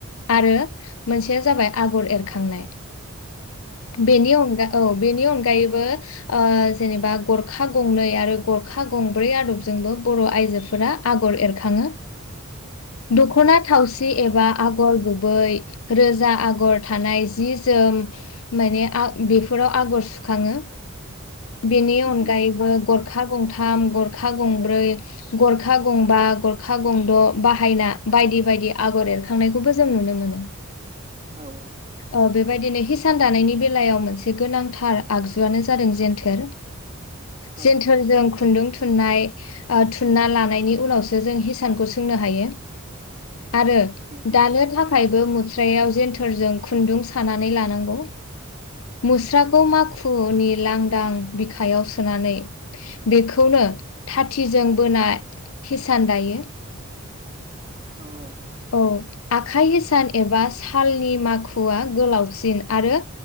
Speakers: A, on the left; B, on the right.
A: आरो मोनसेया जाबाय आगर एरखांनाय बेनि अनगा औ बेनि अनगायैबो ओ जेनेबा गरखा गंनै आरो गरखा गंब्रै आदबजोंबो बर' आइजोफोरा आगर आगर एरखाङो दख'ना थावसि एबा आगर गुबै रोजा आगर थानाय जि जोम माने बेफोराव आगर सुखाङो बेनि अनगायैबो
B: उम
A: गर खा गंथाम गरखा गंब्रै गरखा गंबा गरखा गंद' बाहायना बायदि बायदि आगर एरखांनायखौबो जों नुनो मोनो
B: औ औ
A: ओ बेबायदिनो हिसान दानायनि बेलायाव मोनसे गोनांथार आगजुआनो जादों जेनथोर
B: उम
A: जेनथोरजों खुन्दुं थुननाय थुनना लानायनि उनावसो जों हिसानखौ सोंनो हायो आरो
B: उम
A: दानो थाखाय ब मुस्रायाव जेन्थोरजों खुन्दुं सानानै लानांगौ मुस्राखौ मा खुनि लांदां बिखायाव सोनानै बेखौनो थाथिजों बोना हिसान दायो
B: औ औ
A: औ आखाइ हि सान एबा सालनि माखुआ गोलावसिन आरो